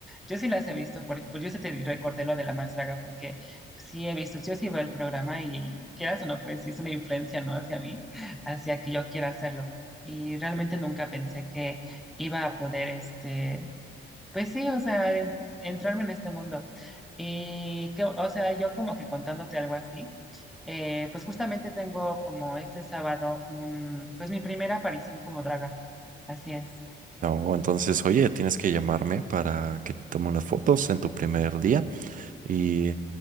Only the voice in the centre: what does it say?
yo sí las he visto, porque, pues yo sí te recordé lo de la más draga, porque sí he visto, yo sí veo el programa y quieras o no, pues sí es una influencia, ¿no? Hacia mí, hacia que yo quiera hacerlo. Y realmente nunca pensé que iba a poder, este, pues sí, o sea, en- entrarme en este mundo. Y que, o sea, yo como que contándote algo así. eh, pues justamente tengo como este sábado, un, pues mi primera aparición como draga. Así es.